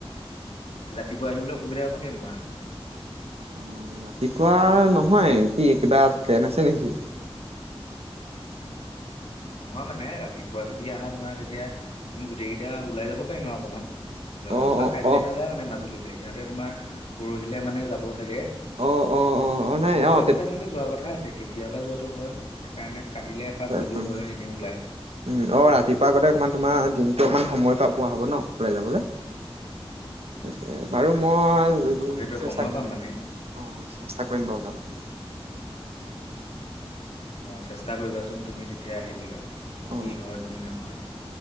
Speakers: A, on the left; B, on the right.
A: ৰাতিপুৱা আহিবলৈ অসুবিধা হ'ব নিকি তোমাৰ?
B: অ ৰাতিপুৱা নহয়। কি কিবা ট্ৰেইন আছে নেকি?
A: নহয় মানে ৰাতিপুৱা যদি আহা তোমাৰ তেতিয়া আমি গোটেই কেইটা ওলাই যাব পাৰিম আৰু অকমান। সিহঁত
B: অ
A: তোমাৰ
B: অ
A: কাইলৈ
B: অ
A: নাযায় মান মাজুলীলৈ। সিহঁতে তোমাৰ পৰহিলৈ মানে যাব চাগে।
B: অ অ অ অ নাই
A: পৰখিলে
B: অ তেতিয়া
A: <unintelligible> যোৱা কথা আছে কেতিয়া কেতিয়াবা যোৱাতটো হয়। সেইকাৰণে কালিলে এপাক
B: অহ,
A: হয় এনেই ওলাই
B: উম। অহ, ৰাতিপুৱা আগতে অকমান তোমাৰ দিনটো অকমান সময় পা পোৱা হ'ব ন ওলাই যাবলে? তাকে বাৰু মই
A: অ সেইটোৱে
B: চেষ্টা
A: সময়
B: কৰিম
A: পাম
B: <unintelligible>
A: মানে
B: অহ চেষ্টা কৰিম বাৰু যাবলে।
A: অ চেষ্টা কৰিবাচোন তুমি তেতিয়া আহিবলৈ।
B: অ
A: কি হয়, কি নহয়।